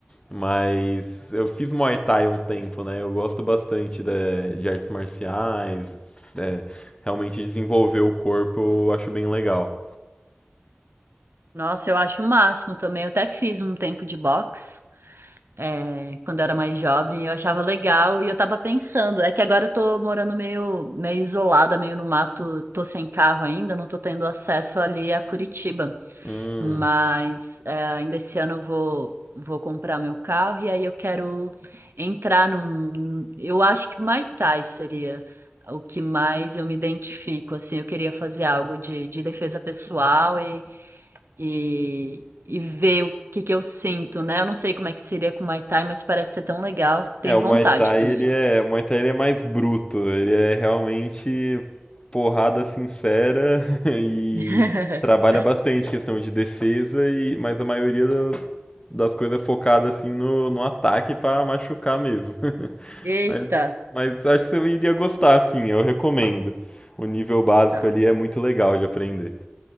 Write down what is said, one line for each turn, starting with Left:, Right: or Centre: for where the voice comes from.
Left: Mas eu fiz Muay Thai um tempo, né? Eu gosto bastante de, de artes marciais. é, realmente desenvolver o corpo eu acho bem legal.
Right: Nossa, eu acho o máximo também. Eu até fiz um tempo de boxe, é, quando eu era mais jovem, eu achava legal e eu tava pensando. É que agora eu tô morando meio, meio isolada, meio no mato, tô sem carro ainda, não tô tendo acesso ali a Curitiba.
Left: Hum.
Right: Mas é, ainda esse ano eu vou, vou comprar meu carro e aí eu quero entrar num. Eu acho que Muay Thai seria. O que mais eu me identifico, assim, eu queria fazer algo de, de defesa pessoal e, e ver o que que eu sinto, né? Eu não sei como é que seria com o Muay Thai, mas parece ser tão legal. Tenho
Left: É, o
Right: vontade
Left: Muay Thai,
Right: também.
Left: ele é, o Muay Thai, ele é mais bruto, né? ele é realmente porrada sincera <laughs> e
Right: <laughs>
Left: trabalha bastante questão de defesa e mas a maioria da- das coisas é focada assim no, no ataque pra machucar mesmo. <laughs>
Right: Eita,
Left: Mas mas acho que você iria gostar assim, eu recomendo. O nível básico
Right: tá.
Left: ali é muito legal de aprender.